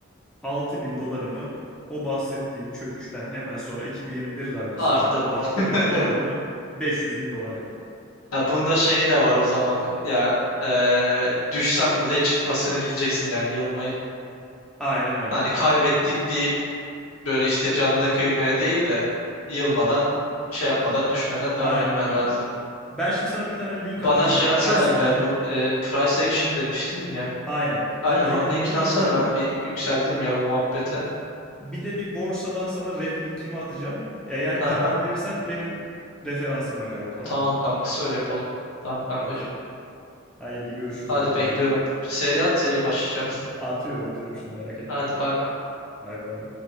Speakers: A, in the centre; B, on the left (about 85°).
A: altı bin dolarımı o bahsettiğin çöküşten hemen sonra 2021 rallisinde
B: Arttırdın.
A: 6000
B: <laughs>
A: dolarımı 500 bin dolar yaptım.
B: Ha, bunda şey de var o zaman. Ya eee düşsen bile çıkmasını bileceksin yani yılmayıp.
A: Aynen öyle.
B: Hani kaybettik deyip böyle işte canına kıymaya değil de yılmadan şey yapmadan düşmeden devam
A: Aynen
B: etmen
A: öyle.
B: lazım.
A: Ben şimdi sana bir tane link
B: Bana
A: atacağım.
B: şey atsana
A: Ders linki.
B: e, bu e, price action demiştin ya.
A: Aynen.
B: Aynen
A: Onunla
B: onun
A: ilgili
B: linkini
A: bir link
B: atsana
A: atacağım.
B: ben bir yükseldim ya bu muhabbete.
A: Bir de bir borsadan sana ref linkimi atacağım. Eğer
B: Aha.
A: karar verirsen benim referansımla kaydol tamam
B: Tamam
A: mı?
B: kankası öyle yapalım. Tamam kankacığım.
A: Okey. Haydi görüşürüz
B: Hadi
A: o zaman
B: bekliyorum.
A: bay bay.
B: Seri at seri başlayacağım.
A: Atıyorum atıyorum şimdi
B: <laughs>
A: merak etme.
B: Hadi bay bay.
A: Bay bay.